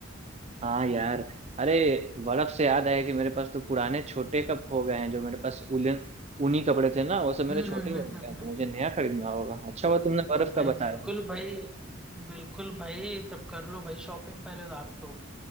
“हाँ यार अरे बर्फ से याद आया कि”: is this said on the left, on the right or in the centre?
Right